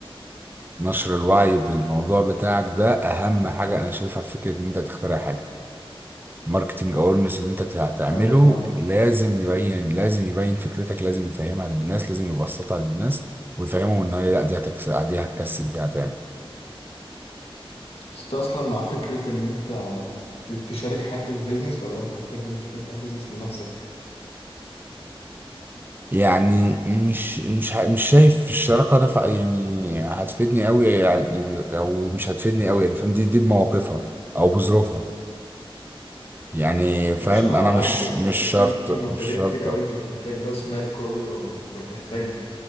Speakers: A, on the right (about 20°); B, on the left (about 80°).
A: نشر الوعي بالموضوع بتاعك ده اهم حاجه انا شايفها في فكره ان انت تخترع حاجه ماركتنج اورنس اللي انت هتعمله
B: ايوه فاهم
A: لازم يبين لازم يبين فكرتك لازم يفهمها للناس لازم يبسطها للناس ويفهمهم ان هي لا دي هتكسب دي هتكسب دي هتعمل
B: بس انت اصلا مع فكرة ان انت ت- تشارك حد في بيزنس ولا انت تحب إن انت تفتح بيزنس لنفسك
A: يعني مش مش ه- مش شايف الشراكه ده ف- يعني هتفيدني قوي يعني او مش هتفيدني قوي يعني فاهم دي دي بمواقفها او بظروفها يعني
B: ماشي
A: فاهم
B: انا
A: انا
B: معاك
A: مش
B: بس
A: مش
B: انت
A: شرط
B: في في مشاريع
A: مش شرط
B: كتير قوي انت بتحتاج راس مال قوية وبتحتاج